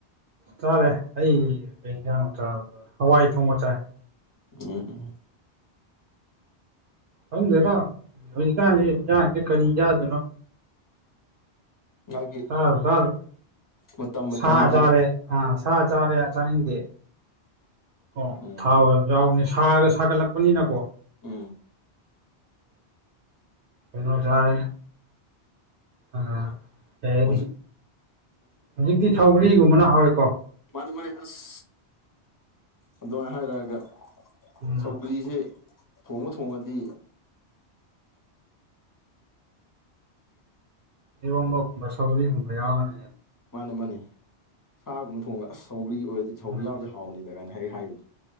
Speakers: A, on the right (about 60°); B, on the left (about 25°).
A: ꯆꯥꯔꯦ ꯑꯩ ꯀꯩ ꯌꯦꯟꯖꯥꯡꯅꯣ ꯆꯥꯕꯗꯨ ꯍꯋꯥꯏ ꯊꯣꯡꯕ ꯆꯥꯏ
B: <unintelligible>
A: ꯈꯪꯗꯦꯗꯥ ꯍꯧꯖꯤꯛꯀꯥꯟꯁꯦ ꯌꯦꯟꯖꯥꯡꯁꯦ ꯀꯔꯤ ꯆꯥꯗꯣꯅꯣ
B: ꯃꯥꯒꯤ
A: ꯆꯥꯔꯨ ꯆꯥꯔꯨ
B: ꯃꯇꯝ ꯃꯇꯝꯒꯤ
A: ꯁꯥ ꯆꯥꯔꯦ ꯑꯥ ꯁꯥ ꯆꯥꯔꯦ ꯆꯥꯅꯤꯡꯗꯦ ꯑꯣ
B: ꯎꯝ
A: ꯊꯥꯎ ꯌꯥꯝ ꯌꯥꯎꯕꯅꯦ ꯁꯥꯒ ꯁꯥꯒꯠꯂꯛꯄꯅꯤꯅꯀꯣ
B: ꯎꯝ
A: ꯀꯩꯅꯣ ꯆꯔꯦ ꯑ ꯀꯩꯍꯥꯏꯅꯤ
B: ꯍꯧꯖꯤꯛ
A: ꯍꯧꯖꯤꯛꯇꯤ ꯁꯧꯒ꯭ꯔꯤꯒꯨꯝꯕꯅ ꯍꯧꯋꯦꯀꯣ
B: ꯃꯥꯅꯤ ꯃꯥꯅꯤ ꯑꯁ ꯑꯗꯨꯃꯥꯏꯅ ꯍꯥꯏꯔꯛꯑꯒ
A: ꯎꯝ
B: ꯁꯧꯒ꯭ꯔꯤꯁꯦ ꯊꯣꯡꯉ ꯊꯣꯡꯉꯗꯤ
A: ꯏꯔꯣꯡꯕꯒꯨꯝꯕ ꯁꯧꯒꯂꯤꯒꯨꯝꯕ ꯌꯥꯎꯒꯅꯤ
B: ꯃꯅ ꯃꯥꯅꯦ ꯁꯥꯒꯨꯝꯕ ꯊꯣꯡꯉꯒ ꯑꯁ ꯁꯧꯒ꯭ꯔꯤ ꯑꯣꯏꯔꯗꯤ ꯁꯧꯒ꯭ꯔꯤ
A: ꯎꯝ
B: ꯌꯥꯎꯗꯤ ꯍꯥꯎꯅꯤꯗ ꯀꯥꯏꯅ ꯍꯥꯏꯔ ꯍꯥꯏꯕꯗꯣ